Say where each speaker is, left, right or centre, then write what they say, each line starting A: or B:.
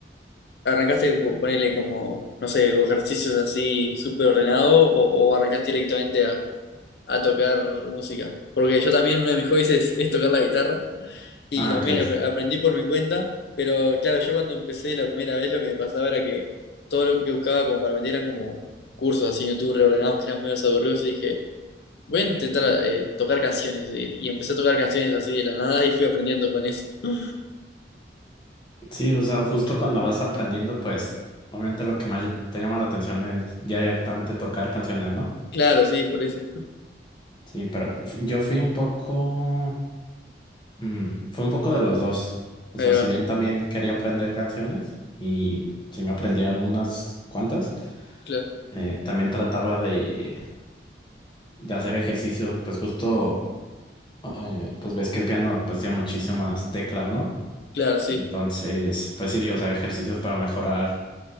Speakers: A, on the left (about 65°); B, on the left (about 25°).
A: arrancaste, po- ponele como, no sé, ejercicios así súper ordenado o, o arrancaste directamente a a tocar música. Porque yo también uno de mis hobbies es, es tocar la guitarra y
B: Ah,
A: también
B: ok.
A: ap- aprendí por mi cuenta, pero claro, yo cuando empecé la primera vez lo que me pasaba era que todo lo que buscaba como para aprender eran como cursos así en YouTube reordenados que eran medio aburridos y dije, voy a intentar eh, tocar canciones y, y empecé a tocar canciones así de la nada y fui aprendiendo con eso. <laughs>
B: Sí, o sea, justo cuando vas aprendiendo, pues obviamente lo que más te llama la atención es ya directamente tocar canciones, ¿no?
A: Claro, sí, por eso.
B: Sí, pero f- yo fui un poco, mm, fue un poco de los dos. O
A: Ahí
B: sea,
A: va.
B: si bien también quería aprender canciones y sí me aprendí algunas cuantas,
A: Claro,
B: eh, también trataba de, de hacer ejercicios, pues justo, eh, pues ves que el piano pues tiene muchísimas teclas, ¿no?
A: claro, sí.
B: Entonces, pues sí, o sea, ejercicios para mejorar